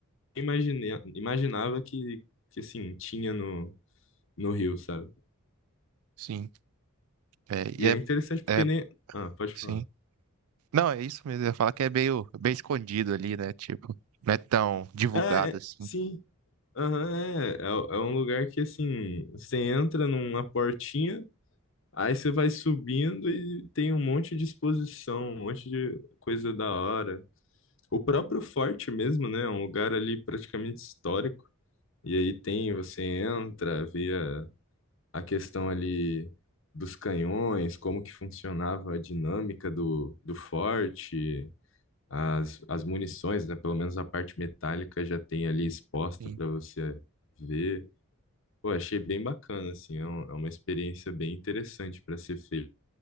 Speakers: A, on the left (about 60°); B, on the right (about 80°).
A: Imaginei, imaginava que, que assim, tinha no, no Rio, sabe?
B: Sim. É, e
A: E
B: é,
A: é interessante porque
B: é,
A: nem. Ah, pode
B: sim.
A: falar.
B: Não, é isso mesmo. Eu ia falar que é meio bem escondido ali, né? Tipo, não é tão divulgado
A: É, é,
B: assim.
A: sim. Aham, é, é, é um lugar que assim, você entra numa portinha, aí você vai subindo e tem um monte de exposição, um monte de coisa da hora. O próprio forte mesmo, né? É um lugar ali praticamente histórico. E aí tem, você entra, vê a, a questão ali dos canhões, como que funcionava a dinâmica do, do forte, as, as munições, né? Pelo menos a parte metálica já tem ali exposta
B: Sim,
A: para você ver. Pô, achei bem bacana, assim, é, um- é uma experiência bem interessante para ser feita.